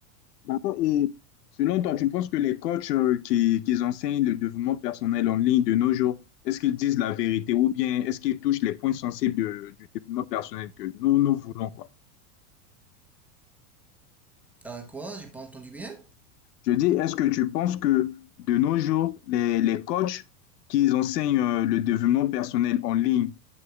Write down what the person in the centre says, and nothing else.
Ah quoi? J'ai pas entendu bien?